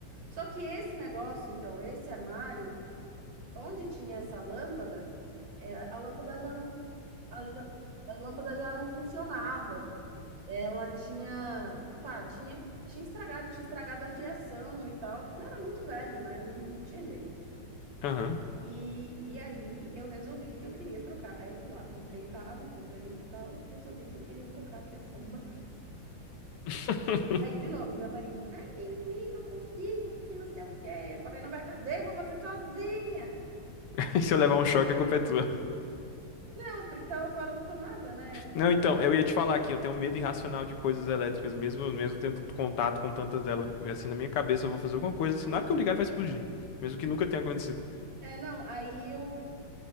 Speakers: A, on the right; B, on the left.
A: Só que esse negócio, então, esse armário onde tinha essa lâmpada, é, a lâmpada já não, fun- a, já- a lâmpada já não funcionava. Ela tinha, pá, tinha, tinha estragado, tinha estragado a fiação e tal. Eu era muito velho, né? Não, não tinha jeito.
B: Aham.
A: E, e aí eu resolvi que eu queria trocar. Aí eu fui lá, comprei cabo, comprei e tal, resolvi que eu queria trocar a fiação do <laughs> bagulho.
B: <laughs>
A: Aí de novo, meu marido, ai, mimimi, não consigo, porque não sei o quê. Eu falei, não vai fazer, eu vou fazer sozinha.
B: <laughs> Se eu levar um choque, a culpa é tua.
A: Não, porque tava fora da tomada, né? Era um negócio
B: Não, então, eu ia te falar aqui, eu tenho medo irracional de coisas elétricas, mesmo, mesmo tendo contato com tantas delas. E assim, na minha cabeça, eu vou fazer alguma coisa, assim, na hora que eu ligar, ele vai explodir. Mesmo que nunca tenha acontecido.
A: É, não, aí eu,